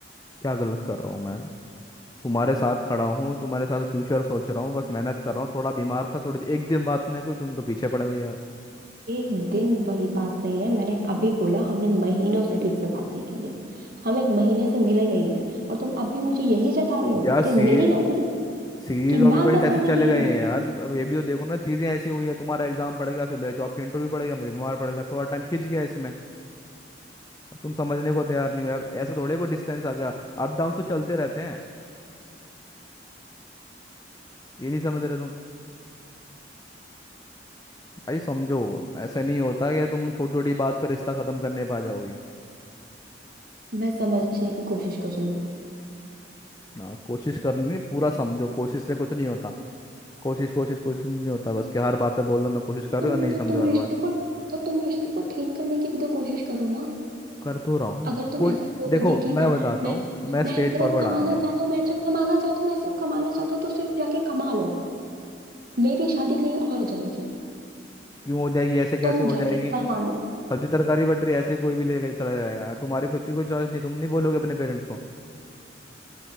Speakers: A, on the left; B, on the right.
A: क्या गलत कर रहा हूँ मैं तुम्हारे साथ खड़ा हूँ तुम्हारे साथ फ्यूचर सोच रहा हूँ बस मेहनत कर रहा हूँ थोड़ा बीमार था थोड़ी एक दिन बात नहीं कोई तुम तो पीछे पड़ गई यार
B: एक दिन वाली बात नहीं है मैंने अभी बोला हमने महीनों से ठीक से बात नहीं की है हम एक महीने से मिले नहीं है और तुम अभी मुझे यही जता रहे हो
A: यार सी,
B: कि मेरी गलती है
A: सीरीज
B: कि मैं
A: ऑफ इवेंट
B: अंडरस्टैंडिंग
A: ऐसे चले
B: नहीं
A: गए
B: हूँ
A: हैं यार अब ये भी तो देखो ना चीजें ऐसी हुई है तुम्हारा एग्जाम पड़ गया फिर मेरे जॉब के इंटरव्यू पड़ गया मैं बीमार पड़ गया थोड़ा टाइम खिंच गया इसमें अब तुम समझने को तैयार नहीं हो यार ऐसे थोड़े को डिस्टेंस आ गया अप डाउन तो चलते रहते हैं ये नहीं समझ रहे तुम भाई समझो ऐसा नहीं होता कि तुम छोटी छोटी बात पर रिश्ता खत्म करने पा जाओगी
B: मैं समझने की कोशिश कर रही हूँ
A: ना कोशिश करनी पूरा समझो कोशिश से कुछ नहीं होता कोशिश कोशिश कोशिश नहीं होता बस कि हर बात पे बोल रहा मैं कोशिश कर
B: तुम
A: रहा हूँ नहीं
B: तो
A: समझा
B: तुम
A: हर
B: रिश्ते
A: बार
B: को तो तुम रिश्ते को ठीक करने की भी तो कोशिश करो ना
A: कर तो रहा हूँ
B: अगर तुम
A: कोई
B: ऐसे ही बोलोगे
A: देखो
B: कि मैं
A: मैं बताता
B: मैं
A: हूँ मैं स्ट्रेट
B: मैं सिर्फ
A: फॉरवर्ड
B: कमाना
A: आदमी हूँ
B: चाहता हूँ मैं सिर्फ कमाना चाहता हूँ मैं सिर्फ कमाना चाहता हूँ तो सिर्फ जाके कमा लो मेरी शादी कहीं और हो जाएगी
A: क्यों हो जाएगी ऐसे कैसे
B: तुम
A: हो
B: जाके
A: जाएगी
B: कमा लो
A: सब्जी तरकारी बट रही है, ऐसे कोई भी लेके चला जाएगा यार तुम्हारी खुद की कोई चॉइस नहीं तुम नहीं बोलोगे अपने पेरेंट्स को